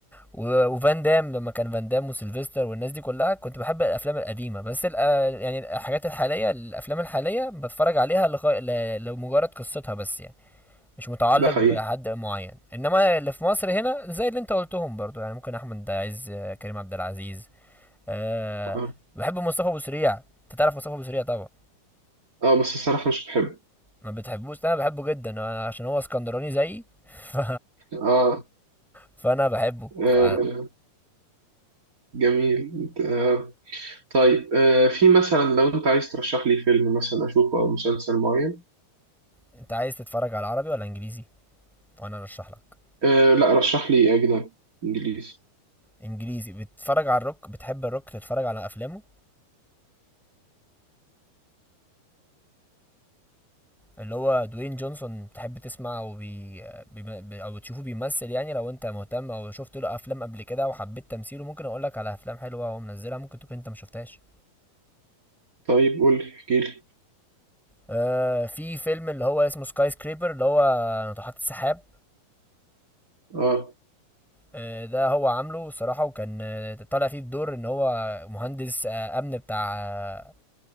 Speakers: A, in the centre; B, on the right.
A: و- وفان دام لما كان فان دام وسيلفستر والناس دي كلها كنت بحب الافلام القديمه بس الأ... يعني الحاجات الحاليه الافلام الحاليه بتفرج عليها لغ... ل... لمجرد قصتها بس يعني مش متعلق
B: ده حقيقي
A: بحد معين انما اللي في مصر هنا زي اللي انت قلتهم برضو يعني ممكن احمد عز آه، كريم عبد العزيز أه...
B: اه
A: بحب مصطفى ابو سريع انت تعرف مصطفى ابو سريع طبعا
B: اه بس الصراحة مش بحب
A: ما بتحبوش انا بحبه جدا أنا عشان هو اسكندراني زيي <laughs> ف...
B: اه,
A: فانا بحبه
B: آه
A: ف...
B: جميل آه طيب آه في مثلا لو انت عايز ترشح لي فيلم مثلا اشوفه او مسلسل معين
A: انت عايز تتفرج على عربي ولا انجليزي وانا ارشح لك
B: آه لا رشح لي اجنبي انجليزي
A: انجليزي بتتفرج على الروك بتحب الروك تتفرج على افلامه اللي هو دوين جونسون تحب تسمع او بي... بي... بي... او تشوفه بيمثل يعني لو انت مهتم او شفت له افلام قبل كده وحبيت تمثيله ممكن اقول لك على افلام حلوه هو منزلها ممكن تكون انت ما شفتهاش
B: طيب قول لي احكي لي
A: آه في فيلم اللي هو اسمه سكاي سكريبر اللي هو ناطحات السحاب
B: اه
A: آه ده هو عامله الصراحه وكان آه، طالع فيه بدور ان هو مهندس آه امن بتاع آه